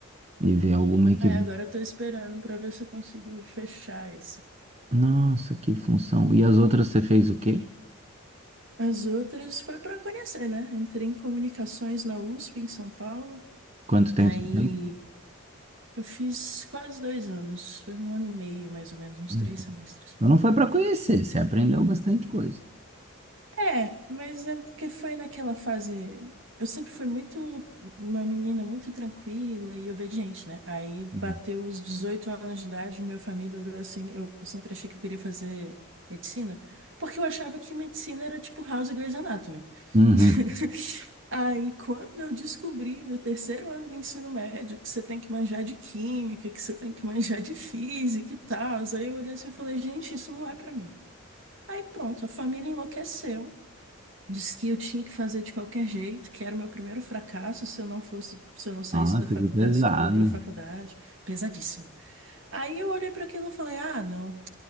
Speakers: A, on the right; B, on the right.
A: E ver alguma que.
B: Aí agora eu tô esperando pra ver se eu consigo fechar esse.
A: Nossa, que função. E as outras você fez o quê?
B: As outras foi pra conhecer, né? Entrei em comunicações na USP, em São Paulo.
A: Quanto tempo
B: Aí.
A: você fez?
B: Eu fiz quase dois anos, foi um ano e meio, mais ou menos, uns
A: Uhum.
B: três semestres.
A: Então não foi para conhecer, você aprendeu bastante coisa.
B: É, mas é porque foi naquela fase. Eu sempre fui muito uma menina muito tranquila e obediente, né? Aí
A: Uhum.
B: bateu os 18 anos de idade, minha família olhou assim, eu eu sempre achei que eu queria fazer medicina, porque eu achava que medicina era tipo House e Grey's Anatomy.
A: Uhum.
B: <laughs> Aí quando eu descobri no terceiro ano do ensino médio que você tem que manjar de química, que você tem que manjar de física e tal, aí eu olhei assim e falei, gente, isso não é pra mim. Aí pronto, a família enlouqueceu. Disse que eu tinha que fazer de qualquer jeito, que era o meu primeiro fracasso se eu não fosse, se eu não saísse
A: Nossa,
B: da, facu-
A: que pesado.
B: da escola para a faculdade. Pesadíssimo. Aí eu olhei para aquilo e falei: ah, não.